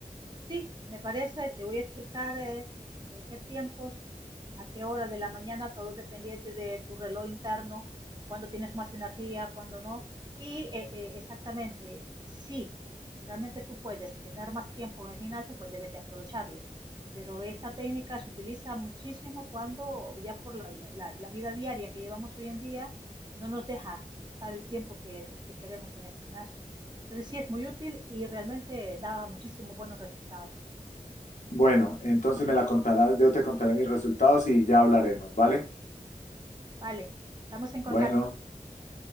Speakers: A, on the right; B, on the left.
A: Sí, me parece, te voy a explicar eh, eh, qué tiempos, a qué horas de la mañana, todo dependiente de tu reloj interno, cuándo tienes más energía, cuándo no. Y eh, eh, exactamente, sí, realmente tú puedes tener más tiempo en el gimnasio, pues debes de aprovecharlo. Pero esta técnica se utiliza muchísimo cuando ya por la, la- la vida diaria que llevamos hoy en día no nos deja estar el tiempo que que queremos en el gimnasio. Entonces sí, es muy útil y realmente daba muchísimos buenos resultados.
B: Bueno, entonces me la contarás, yo te contaré mis resultados y ya hablaremos, ¿vale?
A: Vale, estamos en contacto.
B: Bueno,